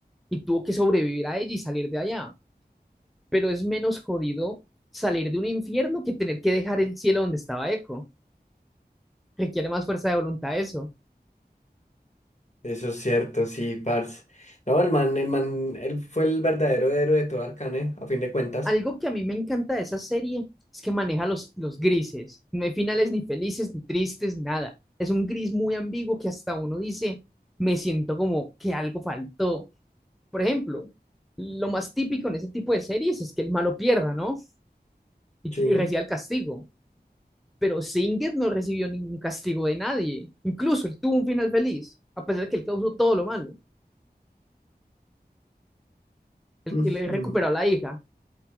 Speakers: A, in the centre; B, on the left.
A: y tuvo que sobrevivir a ella y salir de allá. Pero es menos jodido salir de un infierno que tener que dejar el cielo donde estaba Echo. Requiere más fuerza de voluntad eso.
B: Eso es cierto, sí, parce. No, el man, el man, él fue el verdadero héroe de todo Arcane, a fin de cuentas.
A: algo que a mí me encanta de esa serie es que maneja los, los grises. No hay finales ni felices, ni tristes, nada. Es un gris muy ambiguo que hasta uno dice, me siento como que algo faltó. Por ejemplo, lo más típico en ese tipo de series es que el malo pierda, ¿no? Y
B: Sí.
A: que reciba el castigo. Pero Singet no recibió ningún castigo de nadie. Incluso él tuvo un final feliz, a pesar de que él causó todo lo malo. El
B: ujú.
A: que le recuperó a la hija.